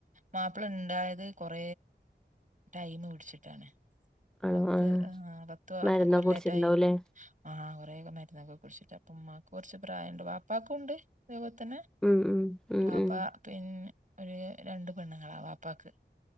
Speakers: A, on the right (about 45°); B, in the centre.
A: മാപ്പിള ഉണ്ടായത് കൊറ ടൈം പിടിച്ചിട്ടാണ്
B: ആണോ
A: പത്ത്
B: ആഹ്
A: ആ പത്ത്
B: മരുന്നൊക്കെ
A: കൊല്ലേറ്റായിുണ്ടോ
B: കുടിച്ചിട്ടുണ്ടാവൂല്ലേ
A: ആ പ്രേക മരുന്നൊക്കെ കുറിച്ചിട്ട അപ്പ ഉ്മാക്ക കുറച്ച് പ്രായ ഉണ്ട് പാപ്പാക്കക്കും ഉണ്ട് അ അ തന്നെ
B: ഉം ഉം ഉം
A: വാപ്പ
B: ഉം
A: പിന്നെ ഒരു രണ്ട് പെണ്ണുങ്ങളാ വാപ്പക്ക്